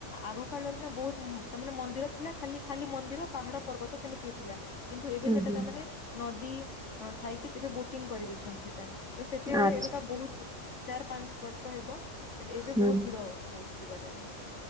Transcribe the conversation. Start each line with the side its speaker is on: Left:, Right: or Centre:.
Left: ଆଗ କାଳରେ ନା ବହୁତୁ ତା ମାନେ ମନ୍ଦିର ଥିଲା ଖାଲି ଖାଲି ମନ୍ଦିର ପାହାଡ ପର୍ବତ ସେମିତି ଥିଲା। କିନ୍ତୁ ଏବେ
Centre: ଉଁ
Left: ସେଟା
Centre: ହୁଁ
Left: ତାମାନେ ନଦୀ ଅ ଥାଇକି ଏବେ ବୋଟିଂ କରିଦେଇଛନ୍ତି ସେଟା। ତ ସେଠିକାରେ
Centre: ଆଚ୍ଛା
Left: ଏବେକା ବହୁତ ଚାର ପାଞ୍ଚ ବର୍ଷ ହେବ ଏ ଏବେ
Centre: ହୁଁ
Left: ବହୁତ ଭିଡ। ହଉଛି ସେ ଜାଗାରେ